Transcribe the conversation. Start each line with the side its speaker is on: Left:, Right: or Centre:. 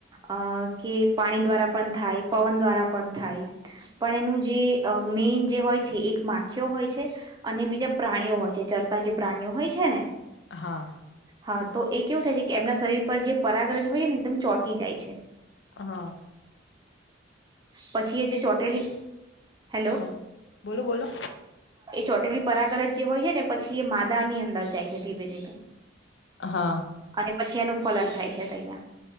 Right: અ કે પાણી દ્વારા પણ થાય પવન દ્વારા પણ થાય પણ એનું જે મેન જે હોય છે એક માખીઓ હોય છે અને બીજા પ્રાણીઓ હોય છે ચરતા જે પ્રાણીઓ હોય છે ને
Left: હા
Right: હા તો એ કેવું થાય છે કે એમના શરીર પર જે પરાગ્રંજ હોય છેને એકદમ ચોટી જાય છે
Left: હા
Right: પછી એ જે ચોટેલી હેલો
Left: અ બોલો બોલો
Right: ચોટલી પરાગ્રંજ જે હોય છે ને પછી એ માદાની અંદર જાય છે ધીમે ધીમે
Left: હા
Right: અને પછી એનું ફલન થાય છે તહીંઆ